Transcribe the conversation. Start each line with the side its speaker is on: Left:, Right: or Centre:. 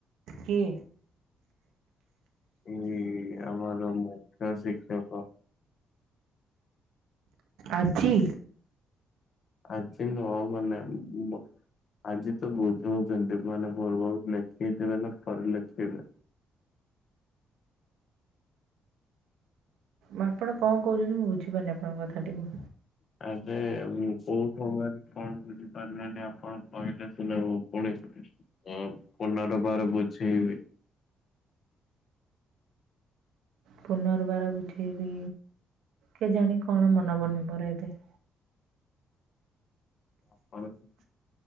Right: କିଏ?
Left: ଏଇ ଆମର ମୁଖ୍ୟ ଶିକ୍ଷକ।
Right: ଆଜି?
Left: ଆଜି ନୁହଁ ମାନେ ମ ଆଜି ତ ବୁଝଉଚନ୍ତି ମାନେ <unintelligible> ଲେଖେଇଦେବେ ନା ପରେ ଲେଖିବେ।
Right: ମାପଣ କଣ କହୁଛନ୍ତି ମୁଁ ବୁଝିପାରୁନି ଆପଣ କଥାଟିକୁ।
Left: <unintelligible> ଉଁ କୋଉ ସମୟରେ କଣ ବୁଝିପାରିଲେନି ଆପଣ କହିଲେ ସିନା ମୁଁ ପୁଣି ଥ ଅ ପୁନରବାର ବୁଝେଇବି।
Right: ପୁନର୍ବାର ବୁଝେଇବି କେଜାଣି କଣ ମନ ପଡୁନି ମୋର ଏବେ।
Left: <unintelligible>